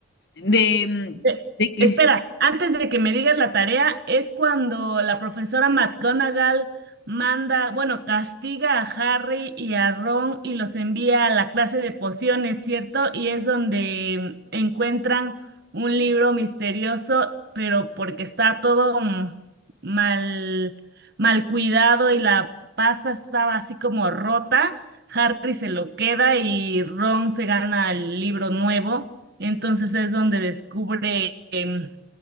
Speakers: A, on the left; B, on the right.
A: de, mm,
B: Eh,
A: de que
B: Espera, antes de que me digas la tarea, es cuando la profesora McGonagall manda, bueno, castiga a Harry y a Ron y los envía a la clase de pociones, ¿cierto? Y es donde encuentran un libro misterioso, pero porque está todo mm, mal, mal cuidado y la pasta estaba así como rota, Harry se lo queda y Ron se gana el libro nuevo. Entonces es donde descubre em,